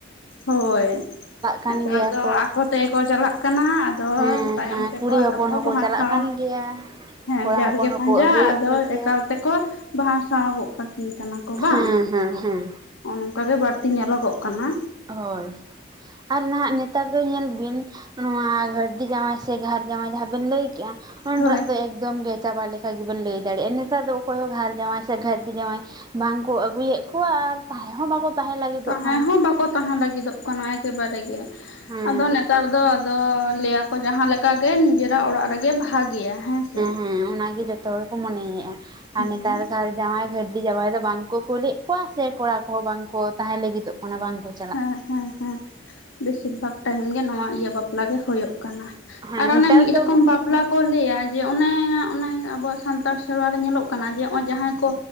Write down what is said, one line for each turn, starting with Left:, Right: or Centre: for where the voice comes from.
Left: ᱦᱳᱭ
Right: ᱠᱟᱱ
Left: ᱱᱮᱛᱟᱨ
Right: ᱜᱮᱭᱟ
Left: ᱫᱚ
Right: ᱠᱚ
Left: ᱟᱠᱚ ᱛᱮᱜᱮ ᱠᱚ ᱪᱟᱞᱟᱜ ᱠᱟᱱᱟ ᱟᱫᱚ
Right: ᱦᱮᱸ
Left: ᱛᱟᱭᱚᱢ
Right: ᱦᱮᱸ
Left: ᱛᱮᱠᱚ
Right: ᱠᱩᱲᱤ
Left: ᱟᱫᱚ
Right: ᱦᱚᱯᱚᱱ
Left: ᱠᱚ
Right: ᱦᱚᱸᱠᱚ
Left: ᱵᱟᱦᱟᱥᱟᱶ
Right: ᱪᱟᱞᱟᱜ ᱠᱟᱱ ᱜᱮᱭᱟ
Left: ᱦᱮᱸ
Right: ᱠᱚᱲᱟ
Left: ᱡᱟᱨᱜᱮ
Right: ᱦᱚᱯᱚᱱ ᱦᱚᱸᱠᱚ
Left: ᱯᱟᱸᱡᱟ
Right: ᱟᱹᱜᱩᱭᱮᱫ
Left: ᱟᱫᱚ
Right: ᱠᱚᱜᱮᱭᱟ
Left: ᱮᱠᱟᱞ ᱛᱮᱠᱚ ᱵᱟᱦᱥᱟᱶ ᱜᱚᱜ ᱠᱟᱠᱤᱱ ᱠᱟᱱᱟ ᱠᱚ ᱵᱟᱝ
Right: ᱦᱮᱸ ᱦᱮᱸ ᱦᱮᱸ
Left: ᱚᱸ ᱱᱚᱝᱠᱟ ᱜᱮ ᱵᱟᱹᱲᱛᱤ ᱧᱮᱞᱚᱜᱚᱜ ᱠᱟᱱᱟ
Right: ᱦᱳᱭ ᱟᱨ ᱱᱟᱦᱟᱜ ᱱᱮᱛᱟᱨ ᱫᱚ ᱧᱮᱞ ᱵᱤᱱ ᱱᱚᱣᱟ ᱜᱷᱟᱹᱨᱫᱤ ᱡᱟᱶᱟᱭ ᱥᱮ ᱜᱷᱚᱨ ᱡᱟᱶᱟᱭ ᱡᱟᱦᱟᱸ ᱵᱮᱱ ᱞᱟᱹᱭ ᱠᱮᱜᱼᱟ ᱚᱱᱟᱴᱟᱜ
Left: ᱦᱳᱭ
Right: ᱫᱚ ᱮᱠᱫᱚᱢ ᱜᱮ ᱪᱟᱵᱟ ᱞᱮᱠ <inaudible> ᱜᱮᱵᱤᱱ ᱞᱟᱹᱭ ᱫᱟᱲᱮᱜᱼᱟ ᱱᱮᱛᱟᱨ ᱫᱚ ᱚᱠᱚᱭ ᱦᱚᱸ ᱜᱷᱚᱨ ᱡᱟᱶᱟᱭ ᱥᱮ ᱜᱷᱟᱹᱨᱫᱤ ᱡᱟᱶᱟᱭ ᱵᱟᱝ ᱠᱚ ᱟᱹᱜᱩᱭᱮᱜ ᱠᱚᱣᱟ ᱟᱨ ᱛᱟᱦᱮᱸ ᱦᱚᱸ ᱵᱟᱠᱚ ᱛᱟᱦᱮᱸ ᱞᱟᱹᱜᱤᱫᱚᱜ
Left: ᱛᱟᱦᱮᱸ
Right: ᱠᱟᱱᱟ
Left: ᱦᱚᱸ ᱵᱟᱠᱚ ᱛᱟᱦᱮᱸ ᱞᱟᱹᱜᱤᱫᱚᱜ ᱠᱟᱱᱟ ᱮᱠᱮᱵᱟᱨᱮ ᱜᱮ
Right: ᱦᱮᱸ
Left: ᱟᱫᱚ ᱱᱮᱛᱟᱨ ᱫᱚ ᱚ ᱞᱟᱹᱭ ᱟᱠᱚ ᱡᱟᱦᱟᱸ ᱞᱮ ᱠᱟ ᱜᱮ ᱱᱤᱡᱮᱨᱟᱜ ᱚᱲᱟᱜ ᱨᱮᱜᱮ ᱵᱷᱟᱜᱮᱭᱟ ᱦᱮᱸ ᱥᱮ
Right: ᱦᱮᱸ ᱚᱱᱟᱜᱮ ᱡᱚᱛᱚ ᱦᱚᱲ ᱠᱚ ᱢᱚᱱᱮᱭᱮᱜᱼᱟ
Left: ᱦᱩᱸ
Right: ᱟᱨ ᱱᱮᱛᱟᱨ ᱜᱷᱚᱨ ᱡᱟᱶᱟᱭ ᱜᱷᱟᱹᱨᱫᱤ ᱡᱟᱶᱟᱭ ᱫᱚ ᱵᱟᱝ ᱠᱚ ᱠᱩᱞᱮᱫ ᱠᱚᱣᱟ ᱥᱮ ᱠᱚᱲᱟ ᱠᱚᱦᱚᱸ ᱵᱟᱝ ᱠᱚ ᱛᱟᱦᱮᱸ ᱞᱟᱹᱜᱤᱫᱚᱜ ᱠᱟᱱᱟ ᱵᱟᱝ ᱠᱚ
Left: ᱦᱮᱸ ᱦᱮᱸ ᱦᱮᱸ ᱵᱤᱥᱤᱨ ᱵᱷᱟᱜᱽ ᱴᱟᱭᱤᱢ ᱜᱮ ᱱᱚᱶᱟ ᱤᱭᱟᱹ ᱵᱟᱯᱞᱟ ᱜᱮ ᱦᱳᱭᱳᱜ ᱠᱟᱱᱟ ᱠᱟᱱᱟ
Right: ᱦᱮᱸ
Left: ᱟᱨ ᱚᱱᱮ
Right: ᱱᱮᱛᱟᱨ
Left: ᱢᱤᱫ
Right: ᱫᱚ
Left: ᱨᱚᱠᱚᱢ ᱵᱟᱯᱞᱟ ᱠᱚ ᱞᱟᱹᱭᱟ ᱡᱮ ᱚᱱᱮ ᱚᱱᱮ ᱟᱵᱚᱣᱟᱜ ᱥᱟᱱᱛᱟᱲ ᱥᱮᱨᱣᱟ ᱨᱮ ᱧᱮᱞᱚᱜ ᱠᱟᱱᱟ ᱡᱮ ᱱᱚᱜ ᱚᱭ ᱡᱟᱦᱟᱸᱭ ᱠᱚ